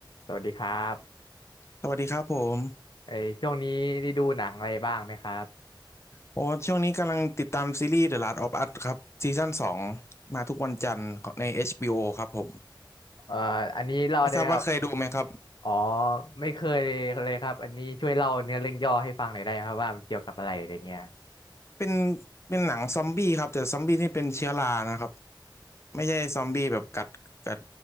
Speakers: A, on the left; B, on the left.
A: สวัสดีครับ
B: สวัสดีครับผม
A: ไอช่วงนี้ได้ดูหนังอะไรบ้างไหมครับ
B: โอ้ช่วงนี้กำลังติดตามซีรีส์ The Last of Us ครับซีซั่นสองมาทุกวันจันทร์ใน HBO ครับผม
A: เอ่ออันนี้เล่าได้ไหมครับ
B: ไม่ทราบว่าเคยดูไหมครับ
A: อ๋อไม่เคยเลยครับอันนี้ช่วยเล่าเนื้อเรื่องย่อให้ฟังหน่อยได้ไหมครับว่ามันเกี่ยวกับอะไรอะไรเงี้ย
B: เป็นเป็นหนังซอมบี้ครับแต่ซอมบี้ที่เป็นเชื้อรานะครับไม่ใช่ซอมบี้แบบกัดกัด